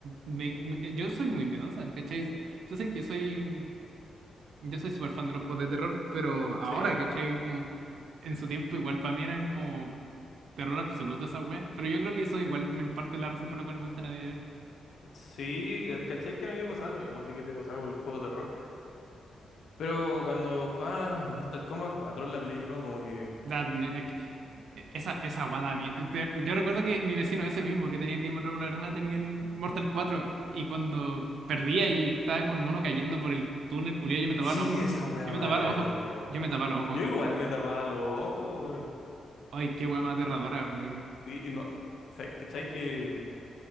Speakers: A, on the right (about 65°); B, on the left (about 60°).
A: me- me- yo soy muy miedosa, ¿cachai? Entonces que soy. Yo soy súper fan de los juegos de terror, pero ahora,
B: Sí,
A: ¿cachai? Como en su tiempo igual para mí eran como. Terror absoluto esa wea. Pero yo creo que eso igual me en parte es la razón por la cual me gusta a día de hoy.
B: sí, caché que a mí me pasaba lo mismo, así que te pasaba con los juegos de terror. Pero cuando jugaba al Mortal Kombat cuatro en la Play 1, como que.
A: Da- me- es que e- esa, esa wea da mie- te- Yo recuerdo que mi vecino ese mismo que tenía el Demon Robo la Arena tenía el Mortal 4 y cuando perdía y estaba como el mono cayendo por el túnel culiao, yo me tapaba
B: Sí,
A: los ojos.
B: esa weá
A: Yo
B: daba
A: me tapaba
B: caleta
A: los ojos.
B: de miedo,
A: Yo
B: weón.
A: me tapaba los ojos.
B: Yo igual me tapaba los ojos, weón.
A: Ay, qué
B: Y-
A: wea más aterradora, weón.
B: Sí, y no. O sea, ¿cachai que.